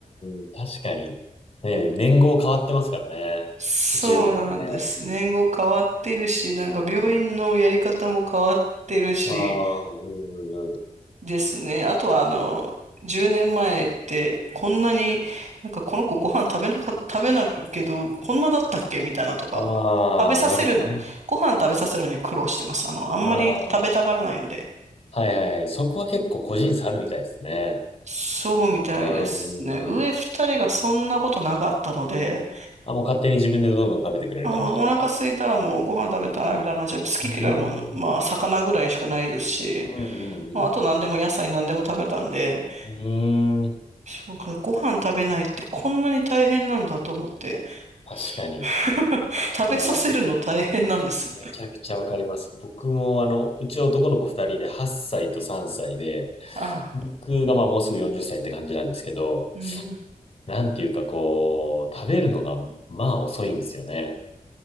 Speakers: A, on the left; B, on the right.
A: うん確かに。ね、年号変わってますからね。
B: そうなんです。
A: 10年でねんもね。
B: 年号変わってるし、なんか病院のやり方も変わってるし、
A: うん。ああ、うんうんうん。
B: ですね。あとは、あの、10年前って、こんなに、なんかこの子ご飯食べなか、食べないけど、こんなだったっけみたいなとか、
A: ああ、
B: 食べさせるの、
A: なるほどね。
B: ご飯食べさせるのに苦労してます。あの、あんまり食べたがらないので。
A: ああ。はいはいはい。そこは結構個人差あるみたいですね。
B: そうみたいですね。
A: うんうんうん。
B: 上二人がそんなことなかったので、
A: あ、もう勝手に自分でどんどん食べてくれる感じだったんですか
B: あ、もうお腹空いたらもうご飯食べたいみたいな感じで、好き嫌いも、
A: うーん、
B: まあ、魚ぐらいしかないですし、
A: うん、うん、うん。
B: まあ、あと何でも野菜何でも食べたんで、
A: うーん、
B: そうか、ご飯食べないってこんなに大変なんだと思って。
A: 確かに。
B: <laughs> 食べさせるの大変なんです。
A: いやー、わめちゃくちゃわかります。僕も、あの、うち男の子2人で8歳と3歳で、
B: ああ。
A: 僕がまあもうすぐ40歳っさいって感じなんですけど、
B: うん、
A: なんていうかこう、食べるのがまあ遅いんですよね。